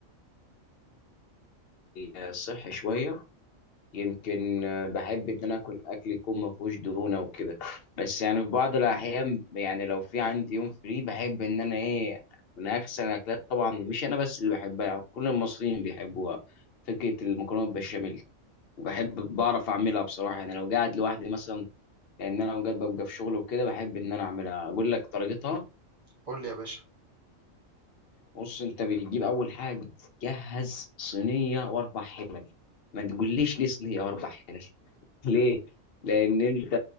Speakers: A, on the left (about 55°); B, on the right (about 25°).
A: آه، صحي شوية يمكن آه، بحب ان انا اكل اكل يكون ما فيهوش دهون او كده بس يعني في بعض الاحيان يعني لو في عندي يوم فري بحب ان انا ايه من احسن الاكلات طبعا مش انا بس اللي بحبها يعني كل المصريين بيحبوها فكره المكرونه بالبشاميل وبحب بعرف اعملها بصراحه يعني لو قاعد لوحدي مثلا لان انا اوقات ببقى في شغل وكده بحب ان انا اعملها اقول لك طريقتها
B: قول لي يا باشا
A: بص انت بتجيب اول حاجه جهز صينيه واربع حلل ما تقوليش ليه صينيه واربع حلل ليه؟ لأن أنت